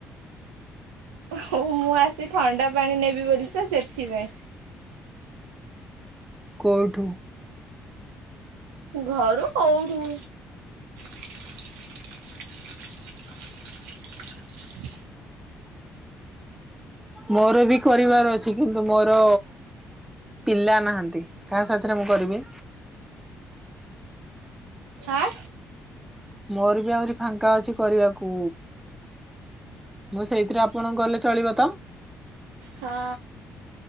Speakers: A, on the right; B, in the centre.
A: ହ ମୁଁ ଆସି ଥଣ୍ଡା ପାଣି ନେବି ବୋଲି ତ ସେଥିପାଇଁ।
B: କଉଠୁ?
A: ଘରୁ କଉଠୁ। <inaudible>
B: ମୋର ବି କରିବାର ଅଛି କିନ୍ତୁ ମୋର ପିଲା ନାହାଁନ୍ତି। କାହା ସାଥିରେ ମୁଁ କରିବି?
A: ଆଁ?
B: ମୋର ବି ଆହୁରି ଫାଙ୍କା ଅଛି କରିବାକୁ ମୁଁ ସେଇଥିରେ ଆପଣଙ୍କୁ କଲେ ଚଳିବ ତ?
A: ହଁ।